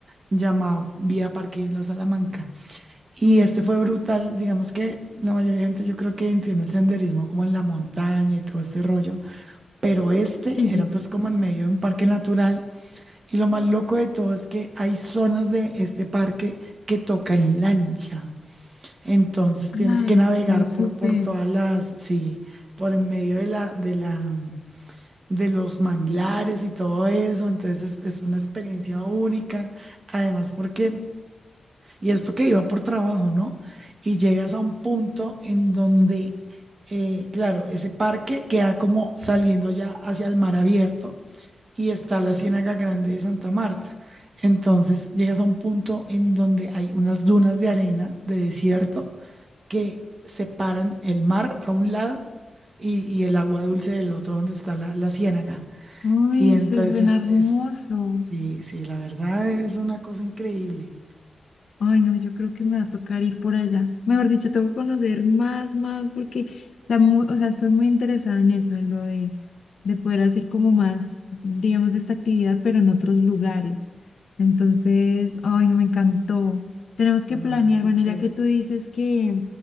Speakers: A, on the right (about 40°); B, on the left (about 65°).
A: llamado Vía Parque Isla Salamanca. Y
B: Ok,
A: este fue brutal, digamos que la mayoría de gente yo creo que entiende el senderismo como en la montaña y todo este rollo, pero este
B: Sí,
A: era
B: sí.
A: pues como en medio de un parque natural y lo más loco de todo es que hay zonas de este parque que tocan lancha, entonces tienes
B: Ay,
A: que navegar
B: no, súper.
A: por, por todas las, sí, por en medio de la, de la, de los manglares y todo eso, entonces es es una experiencia única, además porque... Y esto que iba por trabajo, ¿no? Y llegas a un punto en donde, eh, claro, ese parque queda como saliendo ya hacia el mar abierto y está la Ciénaga Grande de Santa Marta. Entonces llegas a un punto en donde hay unas dunas de arena, de desierto, que separan el mar a un lado y, y el agua dulce del otro donde está la, la ciénaga.
B: Ay,
A: Y entonces
B: se suena hermoso.
A: es, es- sí, sí, la verdad es una cosa increíble.
B: Ay, no, yo creo que me va a tocar ir por allá. Mejor dicho, tengo que conocer más, más, porque, o sea, mu- o sea, estoy muy interesada en eso, en lo de, de poder hacer como más, digamos, de esta actividad, pero en otros lugares. Entonces, ay, no, me encantó. Tenemos que
A: No,
B: planear,
A: qué
B: bueno,
A: chévere.
B: ya que tú dices que,